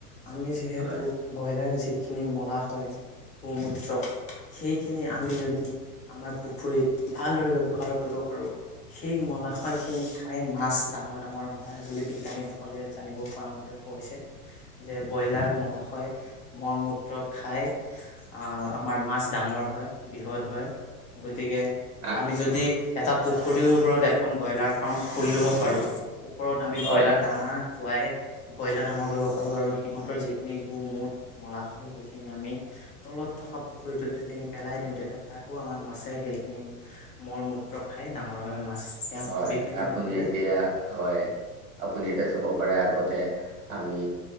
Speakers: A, on the left (about 15°); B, on the right (about 55°).
A: আমি যিহেতু
B: হয়
A: ব্ৰইলাৰ যিখিনি মলা হয় গোমূত্ৰ সেইখিনি আমি যদি আমাৰ পুখুৰীত ভালদৰে ব্যৱহাৰ কৰিব পাৰো। সেই মলাশয় খিনি ঠাই মাছ ডাঙৰ ডাঙৰ হয় বুলি বিজ্ঞানীসকলে জানিব পৰা মতে কৈছে যে ব্ৰইলাৰ মলাশয় মল মূত্ৰ খাই। আহ আমাৰ মাছ ডাঙৰ হয় বৃহৎ হয়। গতিকে
B: আহ
A: আমি যদি এটা পুখুৰীৰ ওপৰত এখন ব্ৰইলাৰ ফাৰ্ম খুলি লব পাৰোঁ। ওপৰত আমি
B: হয়
A: ব্ৰইলাৰ দানা। খুৱাই ব্ৰইলাৰ ডাঙৰ কৰিব পাৰোঁ। আৰু সিহঁতৰ যিখিনি গু মূঠ মলা হয়। সেইখিনি আমি তলত থকা পুখুৰীটোত যদি আমি পেলাই দিওঁ তেতিয়া তাতো আমাৰ মাছে সেইখিনি মলমূত্ৰ। ৰখাই ডাঙৰ হয় মাছ সেয়া
B: হয়
A: বিজ্ঞানীসকলে
B: আপুনি এতিয়া হয় আপুনি এতিয়া চাব। পৰা আগতে আমি